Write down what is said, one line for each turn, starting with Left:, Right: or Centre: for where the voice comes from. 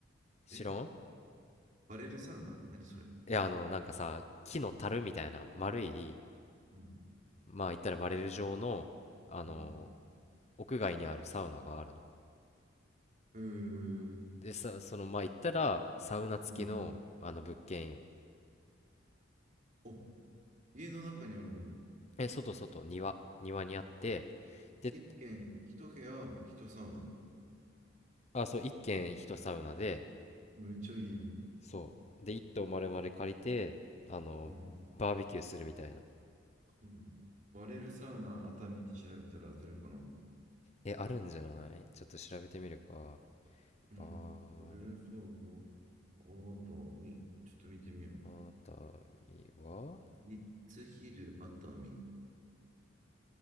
Left: 知らん
Right: えバレルサウナ何それ
Left: いや、あの、なんかさ、木の樽みたいな、丸い、
Right: うん、
Left: まあ、言ったらバレル状の、あの、
Right: うん。
Left: 屋外にあるサウナがあるの。
Right: うー、
Left: で、さ、その、まあ、言ったら、サウナ付きの、
Right: うん。
Left: あの、物件よ。
Right: お、家の中にあるの
Left: え、外、外、庭、庭にあって、で、
Right: 一軒、一部屋、一サウナ。
Left: あ、そう、一軒一サウナで、
Right: めっちゃいいよ。
Left: そうで一棟丸々借りてあのバーベキューするみたいな
Right: うん、うん。バレルサウナ熱海って調べたら出るかな
Left: えあるんじゃないちょっと調べてみるか
Right: うん。
Left: バーレ
Right: バレルサウナ熱海。ちょっと見てみよう。
Left: 熱海は
Right: リッツヒル熱海。